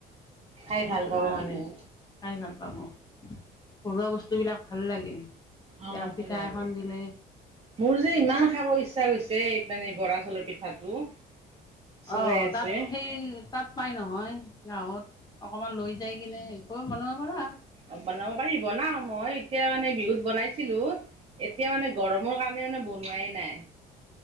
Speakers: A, on the right (about 35°); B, on the left (about 25°).
A: খাই
B: সেইটো
A: ভাল পাব
B: কাৰণে
A: মানুহে
B: খাই ভাল পাব। ঘৰুৱা বস্তু বিলাক ভাল লাগে। তেল
A: অহ,
B: পিঠা
A: ভাল লাগে
B: এখন দিলে
A: মোৰ যে, ইমান খাব ইচ্ছা গৈছে। মানে বৰা চাউলৰ পিঠাটো। চজাই
B: অহ,
A: আছে
B: তাত সেই তাত পাই নহয় গাঁৱত। অকমান লৈ যাই কিনে একো বনাব পাৰ।
A: অহ, বনাব পাৰি বনাও মই, এতিয়া মানে বিহুত বনাইছিলো। এতিয়া মানে, গৰমৰ কাৰণে মানে বনোৱাই নাই।